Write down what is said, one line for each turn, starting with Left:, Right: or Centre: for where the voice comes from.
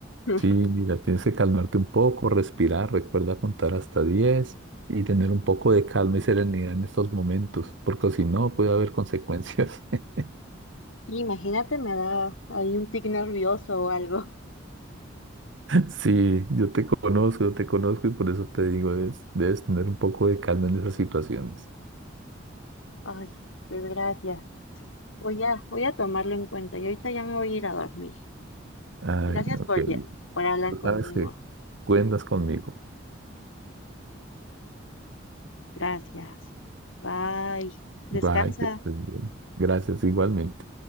Left: <laughs>
Right: Sí, mira, tienes que calmarte un poco, respirar, recuerda contar hasta 10 y tener un poco de calma y serenidad en estos momentos, porque si no puede haber consecuencias. <laughs>
Left: Imagínate, me da ahí un tic nervioso o algo.
Right: Sí, yo te conozco, yo te conozco y por eso te digo, debes, debes tener un poco de calma en esas situaciones.
Left: Ay, pues gracias. Voy a, voy a tomarlo en cuenta y ahorita ya me voy a ir a dormir.
Right: Ay,
Left: Gracias
Right: no,
Left: por,
Right: qué bien.
Left: por hablar
Right: Tú
Left: conmigo.
Right: sabes que cuentas conmigo.
Left: Gracias. Bye. Descansa.
Right: Bye, que estés bien. Gracias, igualmente.